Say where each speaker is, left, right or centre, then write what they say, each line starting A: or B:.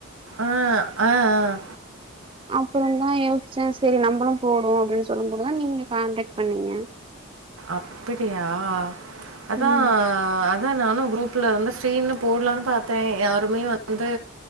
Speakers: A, on the right; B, on the right.
A: அ ஆ ஆ ஆ
B: அப்பறந்தா யோசிச்சே சேரி நம்பளும் போடுவோ அப்டின்னு சொல்லும் போதுதா நீங்க கான்டக்ட் பண்ணீங்க
A: அப்பிடியா அத்தா
B: ம்
A: அத்தா நானும் குரூப்ல வந்து ஃப்ரீன்னு போட்லான்னு பாத்தே யாருமே வந்து